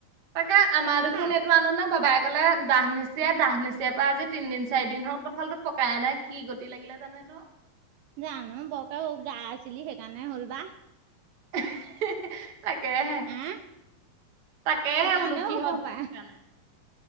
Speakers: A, on the right; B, on the right.
A: তাকে আমাৰ দুখোন
B: খা
A: এইটো আন নে বাবাই কলে দাহ নিচিয়ে দাহ নিচিয়াৰ পৰা আজি তিন দিন চাৰি দিন হল কঁঠাল টো পকাইে নাই কি গতি লাগিলে জানো। <inaudible>
B: জানো বৰকে উগা আছিলি সেইকাৰণে হ'ল বা।
A: <unintelligible> তাকেহে
B: আহ
A: তাকেহে
B: সেইকাৰণেও
A: বোলো কি
B: হ'ব
A: সজা
B: পাৰে
A: থকা নাই।